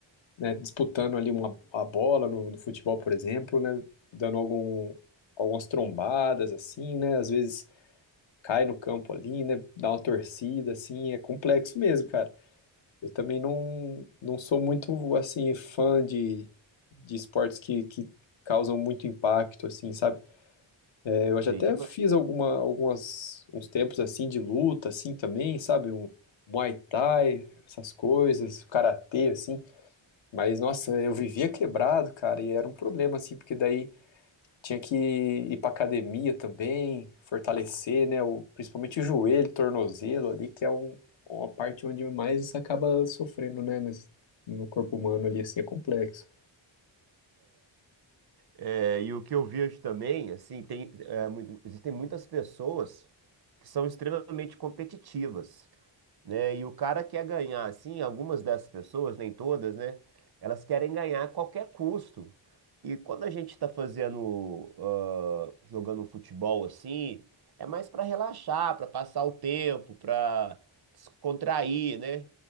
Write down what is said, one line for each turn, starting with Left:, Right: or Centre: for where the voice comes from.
Left: né, disputando ali uma, a bola no, no futebol, por exemplo, né? Dando algum, algumas trombadas, assim, né? Às vezes cai no campo ali, né? Dá uma torcida, assim, é complexo mesmo, cara. Eu também não, não sou muito, assim, fã de, de esportes que, que causam muito impacto, assim, sabe? É, eu já
Right: Sei
Left: até
Right: demais.
Left: fiz alguma, algumas, uns tempos, assim, de luta, assim, também, sabe? Um Muay Thai, essas coisas, karatê, assim. Mas, nossa, eu vivia quebrado, cara, e era um problema, assim, porque daí tinha que ir pra academia também, fortalecer, né, o, principalmente o joelho, tornozelo ali, que é um- uma parte onde mais você acaba sofrendo, né, nesse- no corpo humano ali, assim, é complexo.
Right: É, e o que eu vejo também, assim, tem, é, muito- existem muitas pessoas que são extremamente competitivas. né? E o cara quer ganhar, assim, algumas dessas pessoas, nem todas, né? Elas querem ganhar a qualquer custo. E quando a gente tá fazendo, ah, jogando futebol assim, é mais pra relaxar, pra passar o tempo, pra descontrair, né?